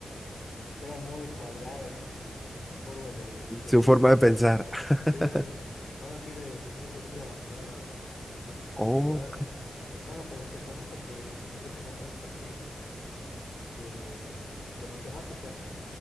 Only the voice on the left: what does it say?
que era muy cuadrada en su forma de regir.
Sí, ahora tiene propuestas muy avanzadas, muy
contemporáneas. Bueno, pues te comento que terminé siendo maestro aquí. de, de matemáticas.